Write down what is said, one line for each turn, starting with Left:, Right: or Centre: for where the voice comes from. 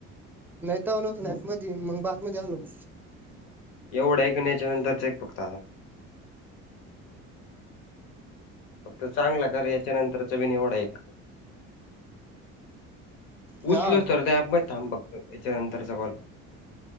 Centre: नाहींतांवा नवतं नांफ मध्यें मगं बातमी द्यालो
Left: एवढं एक कं नच्यां नंतरचं एक फक्तं आंता फक्तं चांगला करं यांच्या नंतरचां पनं निवड एवढां एक
Centre: हा
Left: उचलो तरं तरं ऍप मं थांब बघतो यांच्या नंतरचां कॉल